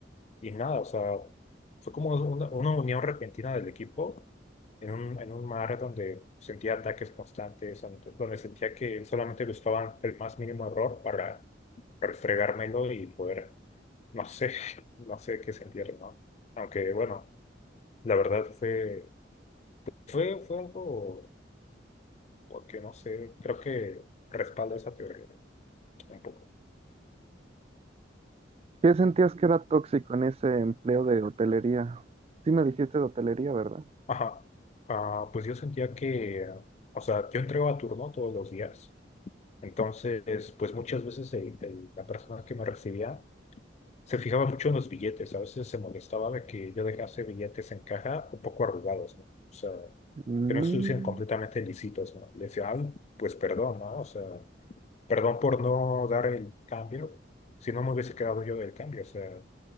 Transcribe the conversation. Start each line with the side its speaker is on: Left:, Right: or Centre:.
Left: y nada, o sea, fue como una, una unión repentina del equipo en un, en un mar donde sentía ataques constantes, ante- donde sentía que solamente buscaban el más mínimo error para refregármelo y poder, no sé, <laughs> no sé qué sentir, ¿no? Aunque bueno, la verdad fue, fue, fue algo, porque no sé, creo que respalda esa teoría un poco.
Right: ¿Qué sentías que era tóxico en ese empleo de hotelería? Sí me dijiste de hotelería, ¿verdad?
Left: Ajá. Ah, pues yo sentía que, o sea, yo entregaba turno todos los días Entonces, pues muchas veces el- el- la persona que me recibía se fijaba mucho en los billetes, a veces se molestaba de que yo dejase billetes en caja un poco arrugados, ¿no? O sea,
Right: Mm.
Left: que no estuviesen completamente lícitos ¿no? Le decía, ay, pues perdón, ¿no? O sea, perdón por no dar el cambio, si no me hubiese quedado yo del cambio, o sea,